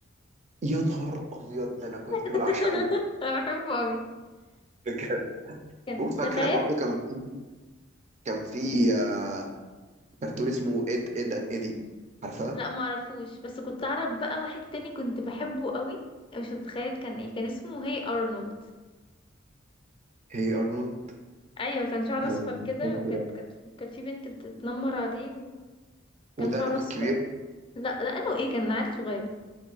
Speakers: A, on the right (about 35°); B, on the left (about 25°).
A: يا نهار ابيض ده انا كنت
B: <laughs>
A: بعشقه
B: انا بحبه قوي
A: بجد
B: كان
A: وفاكره
B: تخيل
A: برضو كان في كان في آه، كرتون اسمه اد اد ان ايدي عارفه
B: لا ما اعرفوش بس كنت اعرف بقى واحد تاني كنت بحبه قوي مش هتخيل كان ايه كان اسمه هي ارنولد
A: هي ارنولد
B: ايوه كان شعره
A: ما-
B: اصفر كده
A: مش فاكر
B: وكانت
A: ده.
B: كانت كانت في بنت بتتنمر عليه وكان
A: ودقنه
B: شعره
A: كان
B: اصفر
A: كبير
B: لا لانه ايه كان عيل صغير